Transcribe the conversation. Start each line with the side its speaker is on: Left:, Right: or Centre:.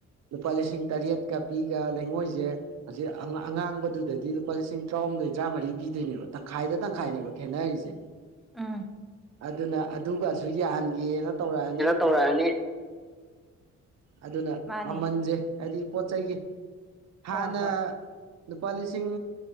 Right: ꯂꯨꯄꯥ ꯂꯤꯁꯤꯡ ꯇꯔꯦꯠꯀꯥ ꯄꯤꯒꯥ ꯂꯩꯉꯣꯏꯖꯦ ꯍꯧꯖꯤꯛ ꯑꯉꯥ ꯑꯉꯥꯡꯕꯗꯨꯗꯗꯤ ꯂꯨꯄꯥ ꯂꯤꯁꯤꯡ ꯇ꯭ꯔꯥꯍꯨꯝꯗꯣꯏ ꯇꯔꯥꯃꯔꯤ ꯄꯤꯗꯣꯏꯅꯦꯕ ꯇꯪꯈꯥꯏꯗ ꯇꯪꯈꯥꯏꯅꯦꯕ ꯈꯦꯅꯔꯤꯖꯦ
Centre: ꯎꯝ
Right: ꯑꯗꯨꯅ ꯑꯗꯨꯒꯥꯁꯨ ꯌꯥꯍꯟꯒꯦꯅ ꯇꯧꯔꯛꯑꯅꯤ
Centre: ꯇꯧꯔꯑꯅꯤ
Right: ꯑꯗꯨꯅ
Centre: ꯃꯥꯅꯦ
Right: ꯃꯃꯜꯖꯦ ꯍꯥꯏꯗꯤ ꯄꯣꯠ ꯆꯩꯒꯤ ꯍꯥꯟꯅ
Centre: ꯍꯣꯏ ꯍꯣꯏ
Right: ꯂꯨꯄꯥ ꯂꯤꯁꯤꯡ